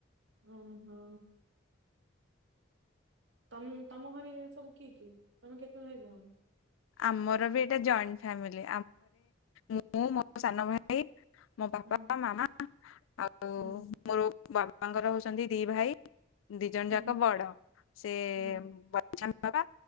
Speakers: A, on the right; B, on the left.
A: ଓ ହୋ। ତମେ ତମ ଘରେ ସବୁ କିଏ କିଏ ତମେ କେତେ ଭାଇ ଭଉଣୀ?
B: ଆମର ବି ଏଟା ଜଏଣ୍ଟ୍ ଫ୍ୟାମିଲି ମୁଁ ମୋ ସାନଭାଇ। ମୋ ବାପା
A: ହୁଁ
B: ମାମା ଆଉ
A: ହୁଁ
B: ମୋର। ବାବାଙ୍କର ହଉଛନ୍ତି ଦି ଭାଇ ଦି ଜଣ
A: ହୁଁ
B: ଯାକ ବଡ଼ ସେ
A: ହୁଁ
B: <unintelligible> ବାପ